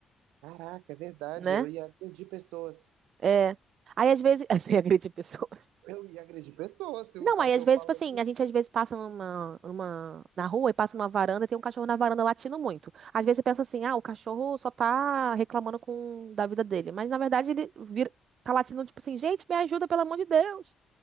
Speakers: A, on the right; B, on the right.
A: Caraca, é verdade,
B: né?
A: eu ia agredir pessoas.
B: É. Aí às vezes, <laughs> assim, agride pessoas.
A: Eu ia agredir pessoas se um
B: Não,
A: cachorro
B: aí às vezes,
A: fala
B: tipo assim,
A: isso.
B: a gente às vezes passa numa, numa, na rua e passa numa varanda e tem um cachorro na varanda latindo muito. Às vezes você pensa assim, ah, o cachorro só tá reclamando com, da vida dele. Mas na verdade ele vira, tá latindo tipo assim, gente, me ajuda, pelo amor de Deus.